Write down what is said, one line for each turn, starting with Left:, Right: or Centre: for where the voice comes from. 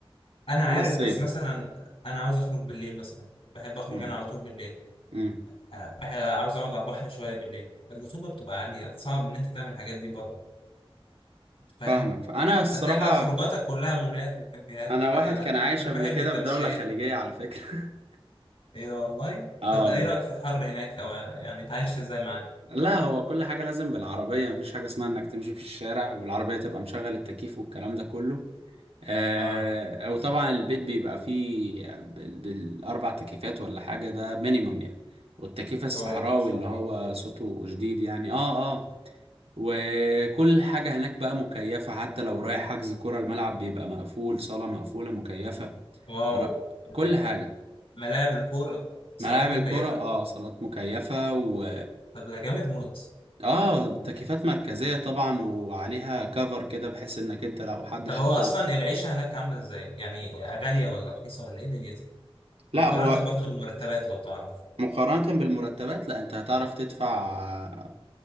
Left: انا عارف
Right: طول الصيف
Left: بس مثلا انا عاوز اخرج بالليل مثلا بحب اخرج
Right: مم.
Left: انا على طول بالليل
Right: مم.
Left: أه، بح- عاوز اقعد على البحر شوية بالليل الرطوبة بتبقى عالية صعب ان انت تعمل الحاجات دي بره أنت فاهم
Right: فاهمك فانا الصراحة
Left: هتلاقي بقى خروجاتك كلها مولات وكافيهات
Right: انا
Left: وكده
Right: واحد
Left: لا
Right: كان عايش
Left: انا
Right: قبل
Left: بحب
Right: كده
Left: التمشية
Right: في دولة خليجية على فكرة <laughs>
Left: ايه ده والله
Right: اه
Left: طب ايه
Right: والله
Left: رأيك في الحر هناك او يعني اتعايشت ازاي معاه
Right: لا هو كل حاجة لازم بالعربية مفيش حاجة اسمها انك تمشي في الشارع والعربية تبقى مشغل التكييف والكلام ده كله آه
Left: اه
Right: وطبعا البيت بيبقى فيه بال- بالاربع تكييفات ولا حاجة ده مينيمم يعني والتكييف الصحراوي
Left: اه ان شاء
Right: اللي
Left: الله
Right: هو صوته شديد يعني اه آه. وكل حاجة هناك بقى مكيفة حتى لو رايح حجز كرة الملعب بيبقى مقفول صالة مقفولة مكيفة
Left: واو
Right: ر...
Left: لا،
Right: كل حاجة
Left: ملاعب الكورة صالات
Right: ملاعب الكرة
Left: مكيفة
Right: اه صالات مكيفة و
Left: طب ده جامد موت
Right: اه تكييفات مركزية طبعا وعليها كفر كده بحيث انك انت لو حد
Left: طب
Right: شاطر
Left: هو اصلا العيشه هناك عامله ازاي يعني غاليه ولا رخيصه ولا ايه دنيتها
Right: لا
Left: مقارنه
Right: هو
Left: برضو بالمرتبات لو تعرف
Right: مقارنة بالمرتبات لا انت هتعرف تدفع